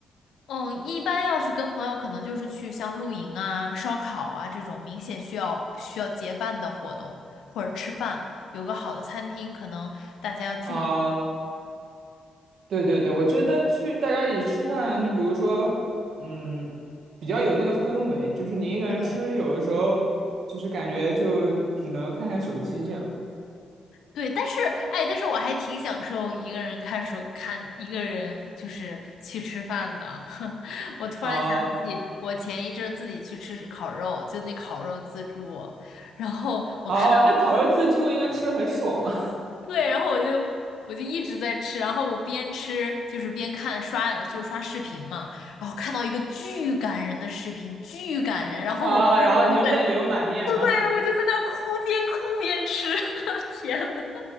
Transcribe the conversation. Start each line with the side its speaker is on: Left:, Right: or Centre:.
Left: 嗯，一般要是跟朋友，可能就是去像露营啊、烧烤啊这种明显需要需要结伴的活动，或者吃饭，有个好的餐厅，可能大家要聚。
Right: 哦、对对对，我觉得去大家一起吃饭，就比如说，嗯，比较有那个氛围，就是你一个人吃，
Left: 是的。
Right: 有的时候就是感觉就只能看看手机这样。
Left: 对，但是哎，但是我还挺享受一个人看手看一个人就是去吃饭的。<laughs> 我突然想起我前一阵儿自己去吃烤肉，
Right: 哦
Left: 就那烤肉自助，然后我看。
Right: 哦，那烤肉自助应该吃的很爽嘛？
Left: 对，然后我就我就一直在吃，然后我边吃就是边看刷就刷视频嘛，然后看到一个巨感人的视频，巨感人，
Right: <laughs>
Left: 然后我一个人就在，
Right: 啊，然后你就泪流满面吗？
Left: 对，我就在那哭，边哭边吃，<laughs> 天呐，